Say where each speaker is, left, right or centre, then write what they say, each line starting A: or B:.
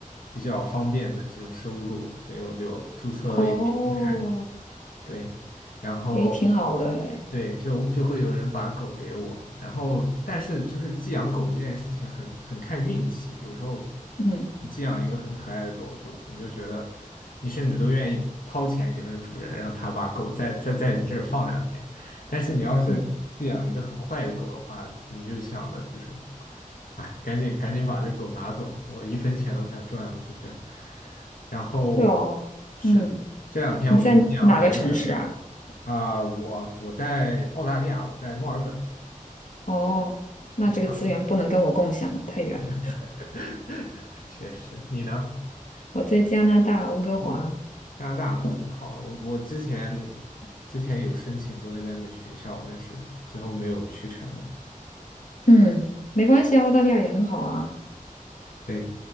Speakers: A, on the left; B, on the left.
A: 比较方便的这种收入，所以我就注册了一个平台。
B: 哦，
A: 对，然后我对就就会有人把狗给我，
B: 诶，挺好的诶。
A: 然后但是就是寄养狗这件事情很很看运气，有时候
B: 嗯，
A: 你寄养一个很可爱的狗，就你就觉得你甚至都愿意掏钱给那个主人，让他把狗再再在你这儿放两天，但是你要是寄养一个很坏的狗的话，
B: 嗯，
A: 你就想的就是，哎，赶紧赶紧把这狗拿走，我一分钱都不想赚了，就这样，然后
B: 对哦，
A: 是的。
B: 嗯，
A: 这两天我就养了一个很
B: 你在哪个城市啊？
A: 啊、我我在澳大利亚，我在墨尔本，
B: 哦，那这个资源不能跟我共享了，
A: 你呢？
B: 太远了。
A: <laughs> 确实，你呢？
B: 我在加拿大温哥华。
A: 哦，加拿大很好啊，我我之前之前有申请过那边的学校，但是最后没有去成。
B: 嗯，没关系啊，澳大利亚也很好啊。
A: 对，